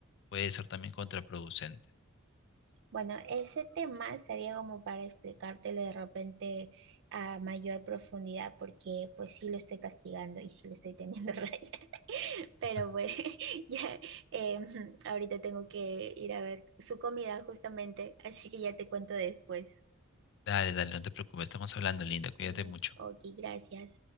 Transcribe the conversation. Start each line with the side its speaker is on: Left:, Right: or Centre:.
Left: puede ser también contraproducente.
Right: Bueno, ese tema sería como para explicártelo de repente a mayor profundidad, porque pues sí lo estoy castigando y sí lo estoy teniendo <laughs> raya. Pero
Left: <laughs>
Right: pues <laughs> ya em, ahorita tengo que ir a ver su comida justamente, así que ya te cuento después.
Left: Dale, dale, no te preocupes, estamos hablando, linda, cuídate
Right: Mm,
Left: mucho.
Right: Ok, gracias.